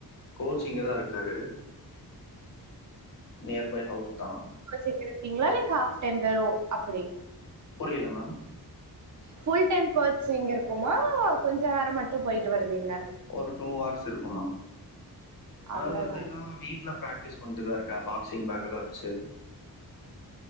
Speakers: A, on the left; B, on the right.
A: கோச் இங்கதா இருக்காரு நியர் பை ஹவுஸ்தா
B: புடிச்சிட்டிருக்கீங்ளா இல்ல ஹாஃப் டைம் வேறோ அப்டி
A: புரில மேம்
B: ஃபுல் டைம் கோச்சிங் இருக்குமா கொஞ்சோ நேரம் மட்டு போய்ட்டு வருவீங்க
A: ஒரு டூ ஹார்ஸ் இருக்கும் மேம்
B: அவ்ளோதானா
A: அது அது இல்லாம வீட்ல பிராக்டிஸ் பண்ட்டுதான் இருக்க பாக்ஸ்சிங் பேக் எல்லா வெச்சு